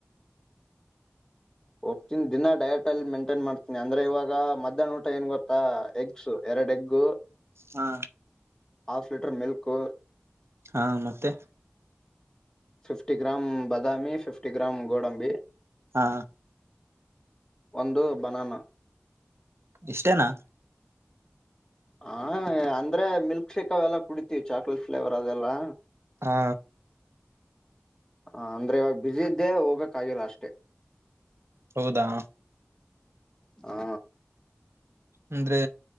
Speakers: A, on the left; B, on the right.
A: ಹೋಗ್ತೀನಿ ದಿನಾ ಡಯಟ್ ಅಲ್ಲಿ ಮೇೈಂಟೈನ್ ಮಾಡ್ತೀನಿ ಅಂದ್ರ ಇವಾಗ ಮಧ್ಯಾಹ್ನ ಊಟ ಏನ್ ಗೊತ್ತಾ ಎಗ್ಸ್ ಎರಡೆಗ್ಗು
B: ಹಾ
A: ಹಾಫ್ ಲೀಟರ್ ಮಿಲ್ಕ್ು
B: ಹಾ ಮತ್ತೆ
A: ಫಿಫ್ಟಿ ಗ್ರಾಮ್ ಬಾದಾಮಿ ಫಿಫ್ಟಿ ಗ್ರಾಮ್ ಗೋಡಂಬಿ
B: ಹಾ
A: ಒಂದು ಬನಾನ
B: ಇಷ್ಟೇನಾ
A: ಹಾ ಅಂದ್ರೆ ಮಿಲ್ಕ್ ಶೇಕ್ ಅವೆಲ್ಲಾ ಕುಳಿತಿವಿ ಚಾಕ್ಲೇಟ್ ಫ್ಲೇವರ್ ಅದೆಲ್ಲಾ
B: ಹಾ
A: ಹ ಅಂದ್ರೆ ಇವಾಗ ಬ್ಯುಸಿ ಇದ್ದೆ ಹೋಗಕ್ ಆಗಿಲ್ಲ ಅಷ್ಟೆ
B: ಹೌದಾ
A: ಹಾ
B: ಅಂದ್ರೆ